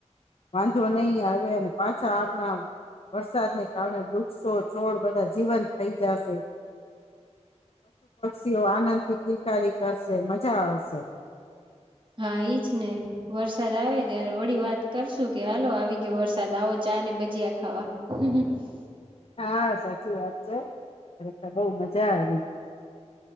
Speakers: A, on the left; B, on the right.
A: વાંધો નહીં આવે અને પાછા આપણા વરસાદને. <unintelligible> વૃક્ષો છોડ બધા જીવંત થઈ જશે <inaudible> આનંદ થી કિલકારી કરશે મજા આવશે.
B: હા ઈજ ને. વરસાદ આવે ત્યારે વળી, વાત કરશું કે હાલો આવી ગયો વરસાદ આવો ચા ને ભજીયા ખાવા. <inaudible>
A: હા સાચી વાત છે ખરેખર બહુ મજા આવે.